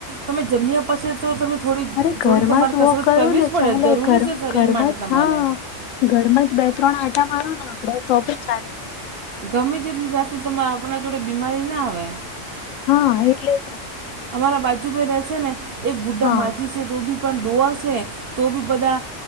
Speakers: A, on the right; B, on the left.
A: તમે જમ્યા પછી તો તમે થોડી
B: અરે ઘરમાં
A: થોડી તમારે
B: જ વોક
A: કસરત
B: કરો
A: કરવી
B: ને
A: જ પડે
B: ચાલે
A: જરૂરી
B: ઘર
A: છે શરીર
B: ઘરમાં
A: માટે
B: જ
A: તમારે.
B: હા ઘરમાં જ બે ત્રણ આટા મારો ને આપડે તો પણ ચાલે. છે
A: ગમે જેટલી જાત તમા આપણ ને જોડે બીમારી ના આવે.
B: હા, એટલે છે.
A: અમારા બાજુ મેં રહેશે ને એક બુઢા
B: હા
A: માજી છે તો બી પણ ડોવા શે તો બી બધા